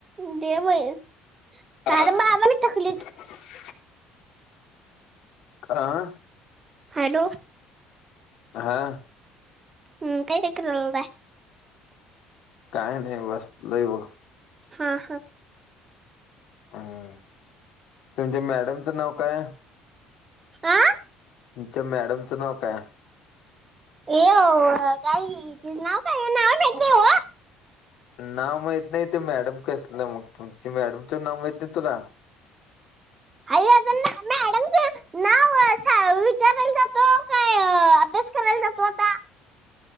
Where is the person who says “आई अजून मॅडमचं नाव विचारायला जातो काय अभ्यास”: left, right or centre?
Right